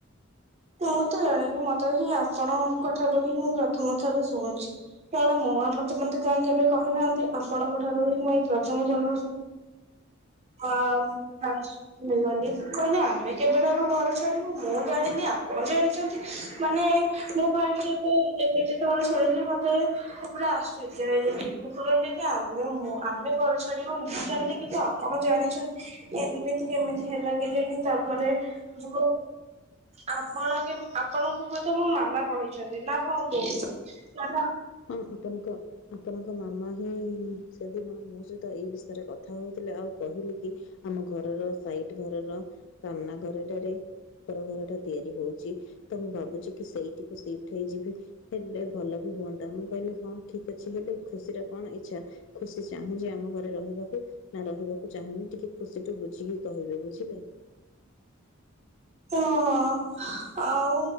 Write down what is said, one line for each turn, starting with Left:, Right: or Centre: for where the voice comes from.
Right: ମୁଁ ତ ଜାଣିନି ମତେ ହିଁ ଆପଣଙ୍କ ଠାରୁ ହିଁ ମୁଁ ପ୍ରଥମ ଥର ଶୁଣୁଛି। କାରଣ ମୋ ମାମା ମତେ କାହିଁ କେବେ କହିନାହାନ୍ତି ଆପଣଙ୍କ ଠାରୁ ହିଁ ଏଇ ପ୍ରଥମ ଶୁଣୁ ଅମ୍ ହା ହେଇଗଲି କହିଲେ ଆମେ କେବେଠାରୁ ଘର ଛାଡିନୁ ମୁଁ ଜାଣିନି ଆ ଆପଣ ଜାଣିଛନ୍ତି ମାନେ ମୁଁ ଫାଷ୍ଟ ଏବେ ଏବେ ଯେତେବେଳେ ଶୁଣିଲି ମତେ ପୁରା ଆଶ୍ଚର୍ଯ୍ୟ ହେଇଗଲି ମୁଁ କହିଲି କି ଆମେ ଆମେ ଘର ଛାଡିବୁ ମୁଁ ଜାଣିନି କିନ୍ତୁ ଆପଣ ଜାଣିଛନ୍ତି ଏମିତି କେମିତି ହେଲା କେଜାଣି ତାପରେ ଯୋଉ ଆପଣ କେ ଆପଣଙ୍କୁ ବୋଧେ ମୋ ମାମା କହିଛନ୍ତି ନା କଣ କହୁଛନ୍ତି, ନ ନେ
Left: ଉଁ ହୁଁ ତମେ କୁହ। ଆପଣଙ୍କ ମାମା ହିଁ ସେଦିନ ମୋ ସହିତ ଏଇ ବିଷୟରେ କଥା ହେଉଥିଲେ ଆଉ କହିଲେ କି ଆମ ଘରର ସାଇଟ ଘରର ସାମ୍ନା ଘରଟାରେ ଉପର ଘର ଟା ତିଆରି ହଉଛି ତ ମୁଁ ଭାବୁଛି କି ସେଇଠକୁ ସିଫ୍ଟ ହେଇଯିବି। ହେଲେ ଭଲ ବି ହୁଅନ୍ତା ମୁଁ କହିଲି ହଁ ଠିକ ଅଛି ହେଲେ ଖୁସିର କଣ ଇଚ୍ଛା? ଖୁସି ଚାହୁଁଛି ଆମ ଘରେ ରହିବାକୁ। ନା ରହିବାକୁ ଚାହୁଁନି ଟିକେ ଖୁସିଠୁ ବୁଝିକି କହିବେ ବୁଝିଲେ।
Right: ହଁ ହଁ ଆଉ